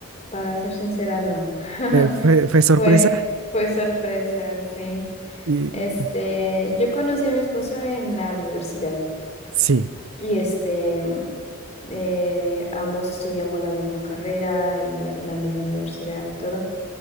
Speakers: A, on the left; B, on the right.
A: para ser sincera, no. <laughs>
B: ¿Fue, fue- fue sorpresa?
A: Fue, fue sorpresa, sí.
B: Y,
A: Este,
B: y-
A: yo conocí a mi esposo en la universidad
B: sí,
A: y este, mm, eh, ambos estudiamos la misma carrera en, la en la misma universidad y todo.